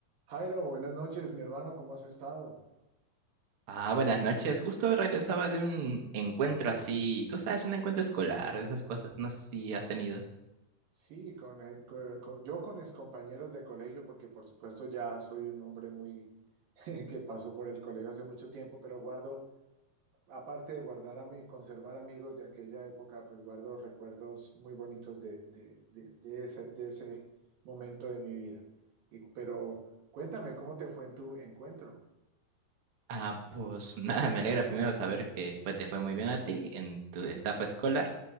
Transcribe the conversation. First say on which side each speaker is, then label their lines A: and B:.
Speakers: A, on the right; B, on the right.
A: Jairo, buenas noches, mi hermano, ¿cómo has estado?
B: Ah, buenas noches. Justo regresaba de un encuentro así, tú sabes, un encuentro escolar, esas cosas. No sé si has tenido.
A: Sí, con, eh, co- co- yo con mis compañeros de colegio, porque por supuesto ya soy un hombre muy <laughs> que pasó por el colegio hace mucho tiempo, pero guardo, aparte de guardar a mí, conservar amigos de aquella época, pues guardo recuerdos muy bonitos de, de- de- de ese, de ese momento de mi vida. Y, pero cuéntame, ¿cómo te fue en tu encuentro?
B: Ah, pues nada, me alegra primero saber que fue, te fue muy bien a ti en tu etapa escolar.